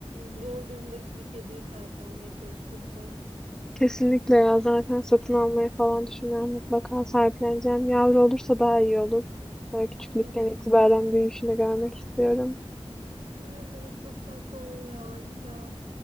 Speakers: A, on the right (about 80°); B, in the centre.
A: zor durumdaki bir kediyi sahiplenmeye çalış lütfen.
B: Kesinlikle ya zaten satın almayı falan düşünüyorum. Mutlaka sahipleneceğim. Yavru olursa daha iyi olur. Böyle küçüklükten
A: Evet.
B: itibaren büyüyüşünü görmek istiyorum.
A: Evet evet çok tatlı olur ya Lila.